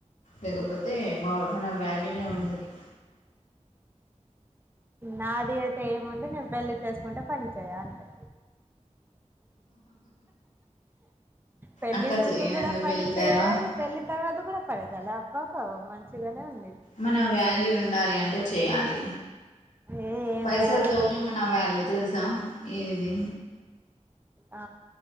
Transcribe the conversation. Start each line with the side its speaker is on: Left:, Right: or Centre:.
Left: లేకపోతే మా మన వాల్యూనె ఉండది
Right: నాది అయితె ఏముంది నేను పెళ్లి చేసుకుంటె పని చేయ అంతె పెళ్లి
Left: అట్లా
Right: ముందు
Left: చేయదు
Right: కూడ
Left: పెళ్లి
Right: పని చేయాలి
Left: తర్వాత
Right: పెళ్లి తర్వాత కూడ పని చేయాలి అబ్బా బబా మంచిగానె ఉంది
Left: మన వ్యాల్యూ ఉండాలి అంట్ టె చేయాలి
Right: ఏ ఏం
Left: పైసలతోనె
Right: వాల్యూ
Left: మన వ్యాల్యూ తెలుసా ఏది
Right: ఆ